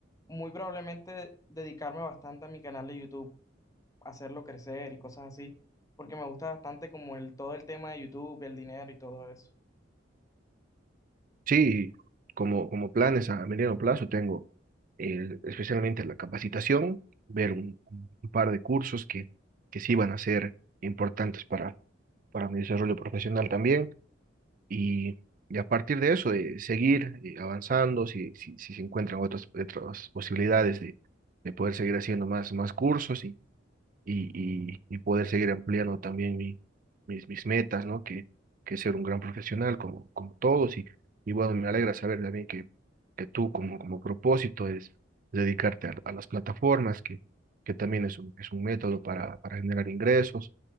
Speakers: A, on the left; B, on the right.
A: muy probablemente dedicarme bastante a mi canal de YouTube, hacerlo crecer y cosas así, porque me gusta bastante como el, todo el tema de YouTube, el dinero y todo eso.
B: Sí, como, como planes a, a mediano plazo tengo el- especialmente la capacitación, ver un, un par de cursos que, que sí van a ser importantes para, para mi desarrollo profesional también Y, y a partir de eso, de seguir eh, avanzando, si, si, si se encuentran otras, otras posibilidades de, de poder seguir haciendo más, más cursos y, y- y poder seguir ampliando también mi- mis, mis metas, ¿no? Que, que ser un gran profesional como, como todos. Y, y bueno, me alegra saber también que, que tú como, como propósito es dedicarte a, a las plataformas, que, que también es un, es un método para, para generar ingresos.